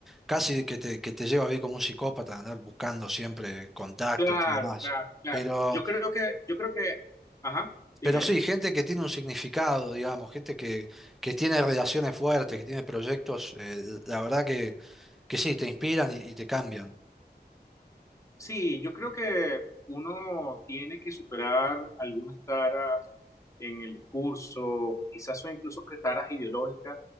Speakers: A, in the centre; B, on the left (about 15°).
A: casi que te, que te lleva a vivir como un psicópata, andar buscando siempre contactos
B: claro,
A: y demás.
B: claro, claro.
A: Pero,
B: Yo creo que, yo creo que, ajá, dime,
A: pero sí,
B: dime.
A: gente que tiene un significado, digamos, gente que, que tiene relaciones fuertes, que tiene proyectos, eh, la verdad que, que sí, te inspiran y, y te cambian.
B: Sí, yo creo que uno tiene que superar algunas taras, en el discurso, quizás son incluso caras ideológicas,